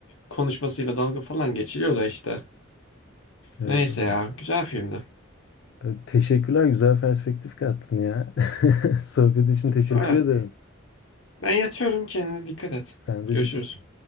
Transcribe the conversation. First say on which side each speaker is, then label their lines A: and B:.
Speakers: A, on the left; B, on the left.
A: konuşmasıyla dalga falan geçiliyor da işte.
B: Evet
A: Neyse
B: abi.
A: ya güzel filmdi.
B: Evet, Teşekkürler güzel perspektif kattın ya. <laughs> Sohbet için teşekkür
A: Öyle.
B: ederim.
A: Ben yatıyorum kendine dikkat et.
B: Sen de
A: Görüşürüz.
B: dikkat